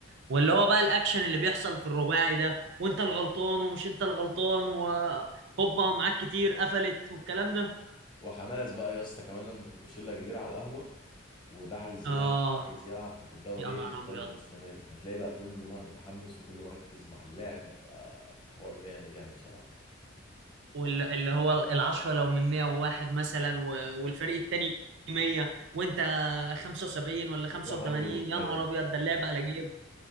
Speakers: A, on the right; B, on the left.
A: واللي هو بقى الاكشن اللي بيحصل في الرباعي ده وانت الغلطان ومش انت الغلطان وهوبا معاك كتير قفلت والكلام ده
B: وحماس بقى يا اسطى كمان لما تبقوا شلة كبيرة على القهوة وده عايز
A: اه
B: يلعب وده عايز يلعب فتبداوا
A: يا
B: ايه
A: نهار
B: الغالب
A: ابيض
B: مستمر فتلاقي بقى كله بقى متحمس وكله مركز مع اللعب ويبقى حوار جامد يعني بصراحة
A: واللي هو العشرة لو من 101 مثلا و- والفريق التاني 100 وانت 75 ولا 85
B: وتروح عامل ريمونتادا
A: يا نهار ابيض ده اللعب على جيم